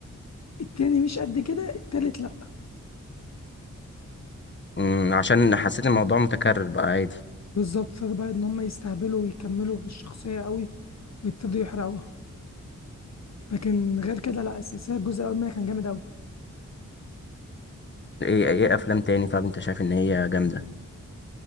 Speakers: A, on the left; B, on the left.
A: التاني مش قد كده التالت لا
B: مم، عشان حسيت الموضوع متكرر بقى عادي
A: بالظبط ابتدى بقى ان هم يستهبلوا ويكملوا في الشخصيه قوي ويبتدوا يحرقوها لكن غير كده لا السلسله الجزء الاول منها كان جامد قوي
B: ايه ايه افلام تاني طب انت شايف ان هي جامده